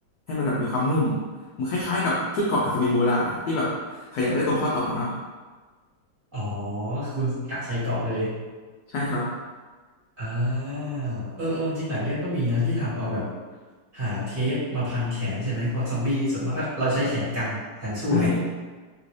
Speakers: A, on the left; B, on the right.
A: ให้มันแบบมีความนุ่มมันคล้ายๆกับชุดเกราะอัศวินโบราณนะที่แบบขยับได้ตรงข้อต่อเนาะ
B: อ๋อคือคุณกะใส่เกาะเลย
A: ใช่ครับ
B: อ่าเออเออจริงๆหลายเรื่องก็มีนะที่ทำเอาแบบหาเทปมาพันแขนใช่ไหมเพราะซอมบี้ส่วนมากก็เราใช้แขนกันแขนสู้ไง
A: ใช่